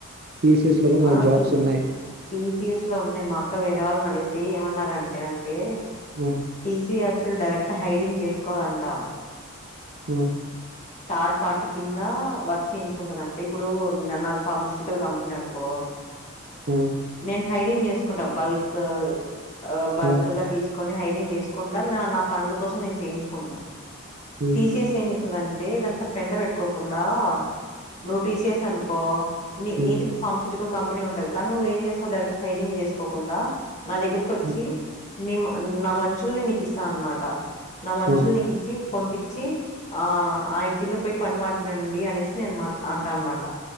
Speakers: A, on the right (about 45°); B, on the left (about 30°).
A: టీసీఎస్ లో కూడా మనకి
B: ఆ
A: జాబ్స్
B: పి
A: ఉన్నాయి
B: టి సి ఎస్ లో ఉన్నాయి మా అక్క వేరే వాళ్ళనడు అయితే ఏమన్నారంటే అంటే
A: ఉమ్,
B: టీసిఎస్ అసలు డైరెక్ట్ హైరింగ్ చేసుకోదంటా.
A: ఉ
B: థర్డ్ పార్టి కిందా వర్క్ చేయించుకుంటరంతే ఇప్పుడు న నాది ఫార్మసూటికల్ కంపెనీ అనుకో
A: హ్మ్
B: నేను హైరింగ్ చేసుకుంటా బల్క్ ఆ బల్క్
A: ఉమ్,
B: గా తీసు కొని హైరింగ్ చేసుకుంట నా నా పనుల కోసం నేన్ చేయించుకుంట
A: ఉమ్,
B: టీసిఎస్ ఏం స్తదంటే ఇదంత పెంట బెట్టుకోకుండా. నువ్ టీసిఎస్ అనుకో నీ
A: ఉమ్,
B: నీది ఫార్మసూటికల్ కం పెనీ ఉంటది కానీ నువ్వు ఏం చేస్తావు డైరెక్ట్ హైరింగ్ చేసుకోకుండా నా దగ్గరికొచ్చీ
A: ఉమ్,
B: నీ మ నా మనుషుల్ని నీకిస్తా అన్మాట నా మనుషులు
A: ఉమ్,
B: నీకిచ్చి పంపి చ్చి ఆ ఆయన కింద పొయి పని మాట్లాడండి అనేసి నేను మాట్ల అంటా అన్మాట.